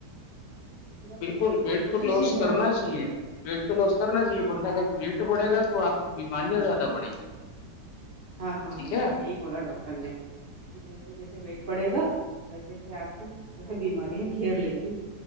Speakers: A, on the right; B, on the left.
A: بس
B: بالکل
A: لیکن
B: ویٹ
A: کوشش
B: تو لوس
A: ہی جاری
B: کرنا چاہیے ویٹ تو لوس کرنا چاہیے ورہ اگر ویٹ پڑے گا تو آپ کو بیماریاں زیادہ بڑیں گی
A: ہاں ہاں
B: ٹھیک
A: ہاں
B: ہے
A: یہی بولا ڈاکٹر نے کہ جیسے جیسے ویٹ بڑھے گا ویسے جیسے آپ کے جو ہے بیمارییاں گھیر لیں گی